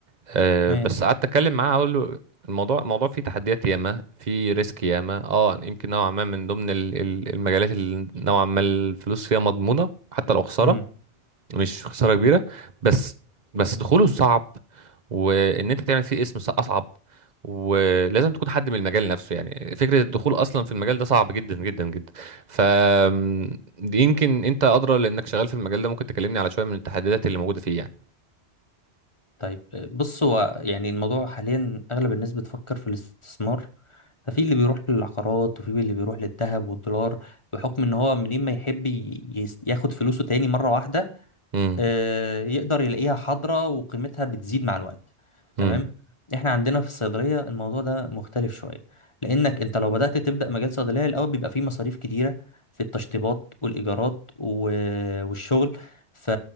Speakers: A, on the right (about 40°); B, on the left (about 30°).
A: آه،
B: تمام
A: بس قعدت اتكلم معاه اقول له الموضوع الموضوع فيه تحديات ياما فيه ريسك ياما اه يمكن نوعا ما من ضمن ال- ال- المجالات اللي نوعا ما الفلوس فيها مضمونه حتى لو خساره
B: امم
A: مش خسارة كبيرة بس بس دخوله صعب وان انت تعمل فيه اسم ص- اصعب ولازم تكون حد من المجال نفسه يعني فكرة الدخول اصلا في المجال ده صعب جدا جدا جدا ف م، دي يمكن انت ادرى لانك شغال في المجال ده ممكن تكلمني على شوية من التحديات اللي موجودة فيه يعني
B: طيب بص هو يعني الموضوع حاليا اغلب الناس بتفكر في الاستثمار ففي اللي بيروح للعقارات وفي اللي بيروح للذهب والدولار بحكم ان هو منين ما يحب ي- يس- ياخد فلوسه تاني مرة واحدة
A: امم
B: آه، يقدر يلاقيها حاضرة وقيمتها بتزيد مع الوقت تمام
A: امم
B: احنا عندنا في الصيدلية الموضوع ده مختلف شوية لانك انت لو بدأت تبدأ مجال صيدلية الاول بيبقى فيه مصاريف كتيرة في التشطيبات والايجارات و- والشغل ف...